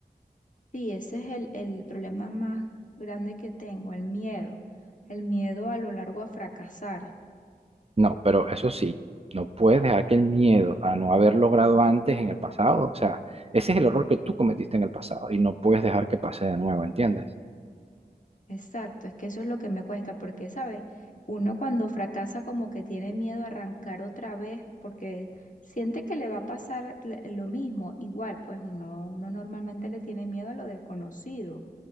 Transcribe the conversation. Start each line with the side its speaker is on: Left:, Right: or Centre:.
Left: Sí, ese es el, el problema más grande que tengo, el miedo, el miedo a lo largo a fracasar.
Right: No, pero eso sí, no puedes dejar que el miedo a no haber logrado antes en el pasado, o sea, ese es el error que tú cometiste en el pasado y no puedes dejar que pase de nuevo, ¿entiendes?
Left: Exacto, es que eso es lo que me cuesta, porque, ¿sabes? Uno cuando fracasa como que tiene miedo a arrancar otra vez porque siente que le va a pasar le- lo mismo. Igual, pues uno, uno normalmente le tiene miedo a lo desconocido.